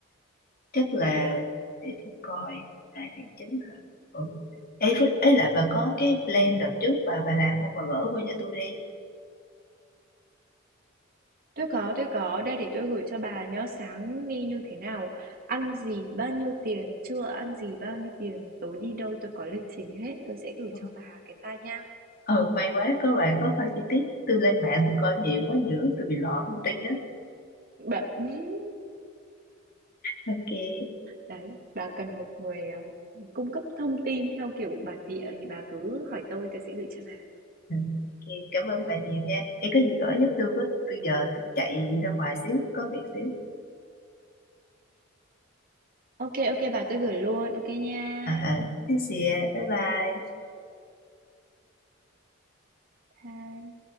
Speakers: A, on the left; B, on the right.
A: chắc là để tôi coi 2 tháng 9 hả? Ừ. Ê, với- ấy lại bà có cái plan đợt trước bà bà làm không bà gửi qua cho tôi đi.
B: tôi có, tôi có. Đây để tôi gửi cho bà nhá. Sáng đi như thế nào, ăn gì, bao nhiêu tiền, trưa ăn gì, bao nhiêu tiền, tối đi đâu tôi có lịch trình hết. Tôi sẽ gửi
A: Ừ,
B: cho bà cái file nha.
A: Ừ, may quá có bà có phải chi tiết. Tôi lên mạng tôi coi nhiều quá, nhiều lúc tôi bị lọ thông tin á.
B: Bà... <laughs>
A: Ok.
B: Đấy, bà cần một người ờ, cung cấp thông tin theo kiểu bản địa thì bà cứ hỏi tôi, tôi sẽ gửi cho bà.
A: Ừ. Ok, cảm ơn bà nhiều nha. Em có gì gửi giúp tôi với, tôi giờ tôi chạy ra ngoài xíu, có việc xíu.
B: Ok, ok bà tôi gửi luôn. Ok nha.
A: À, à, xin bye bye.
B: Bye.